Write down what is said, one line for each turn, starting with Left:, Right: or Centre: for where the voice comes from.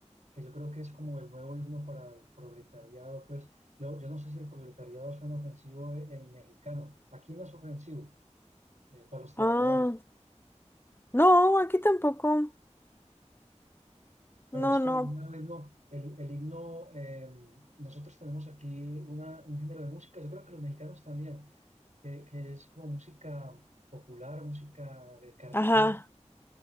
Right: que yo creo que es como el nuevo himno para el proletariado. Pues yo, yo no sé si el proletariado suena ofensivo en, en mexicano. Aquí no es ofensivo, eh, para los trabajadores.
Left: Ah, no, aquí tampoco.
Right: Pero
Left: No,
Right: es
Left: no.
Right: como un nuevo himno, el, el himno, eh, nosotros tenemos aquí una, un género de música, yo creo que los mexicanos también, que, que es como música popular, música eh, carrilera,
Left: Ajá,